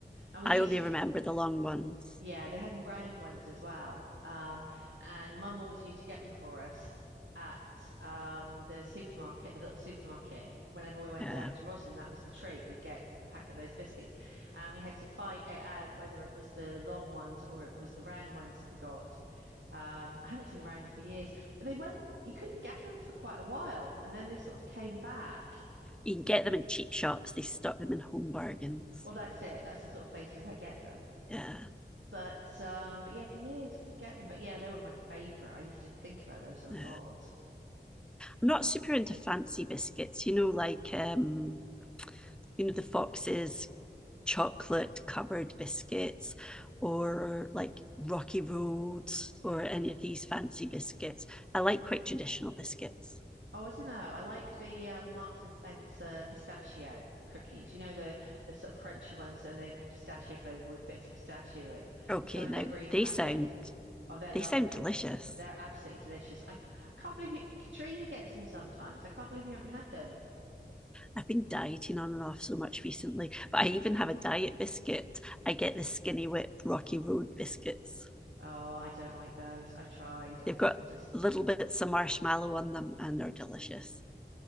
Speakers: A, on the right (about 80°); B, in the centre.
A: And we
B: I
A: used
B: only
A: to,
B: remember the long ones.
A: yeah, they had round ones as well. Um, and mum always used to get them for us at um, the supermarket, the little supermarket. Whenever we went
B: Yeah.
A: down to Roslyn, that was the treat. We'd get a pack of those biscuits. And we had to fight it out whether it was the long ones or it was the round ones that we got. Um, I haven't seen the round ones for years, but they went, you couldn't get them for quite a while. And then they sort of came back.
B: You can get them in cheap shops. They stock them in home bargains.
A: Well, that's it. That's the sort of places I get them.
B: Yeah.
A: But um, but yeah, for years couldn't get them. But yeah, they were my favorite. I used to think about those a lot.
B: yeah. I'm not super into fancy biscuits, you know, like um, you know, the foxes chocolate covered biscuits or like Rocky Roads or any of these fancy biscuits. I like quite traditional biscuits.
A: Oh, I don't know. I like the um, Marks and Spencer pistachio cookies. You know the the sort of crunchy ones and the pistachio flavored with bits of pistachio in.
B: Okay,
A: They come in
B: now
A: the green
B: they
A: packet.
B: sound
A: Oh, they're
B: they
A: lovely.
B: sound delicious.
A: They're absolutely delicious. I, I can't believe you, Katrina gets them sometimes. I can't believe you haven't had them.
B: I've been dieting on and off so much recently, but I even have a diet biscuit. I get the Skinny Whip Rocky Road biscuits.
A: Oh, I don't like those. I tried.
B: They've
A: I,
B: got
A: I just
B: little bits of marshmallow on them and they're delicious.